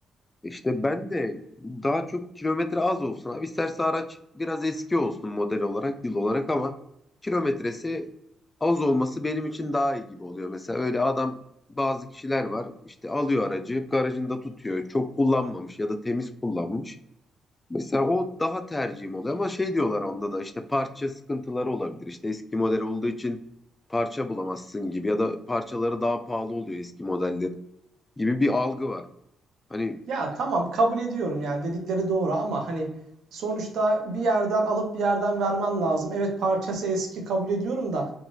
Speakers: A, on the left (about 25°); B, on the right (about 65°).
A: İşte ben de daha çok kilometre az olsun. Abi isterse araç biraz eski olsun model olarak, yıl olarak ama kilometresi az olması benim için daha iyi gibi oluyor. Mesela öyle adam bazı kişiler var işte alıyor aracı garajında tutuyor. Çok kullanmamış ya da temiz kullanmış. Mesela o daha tercihim oluyor ama şey diyorlar onda da işte parça sıkıntıları olabilir. İşte eski model olduğu için parça bulamazsın gibi ya da parçaları daha pahalı oluyor eski modelleri gibi bir algı var. Hani
B: Ya tamam kabul ediyorum yani dedikleri doğru ama hani sonuçta bir yerden alıp bir yerden vermen lazım. Evet parçası eski kabul ediyorum da